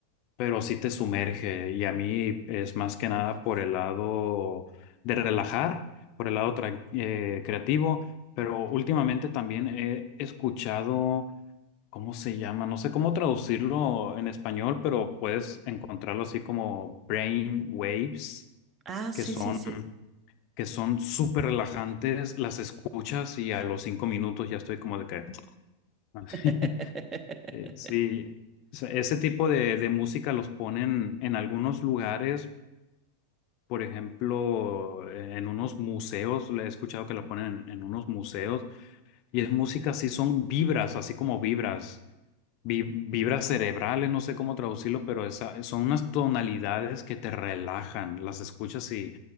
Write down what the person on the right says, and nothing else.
Ah, sí, sí,
sí.
<laughs>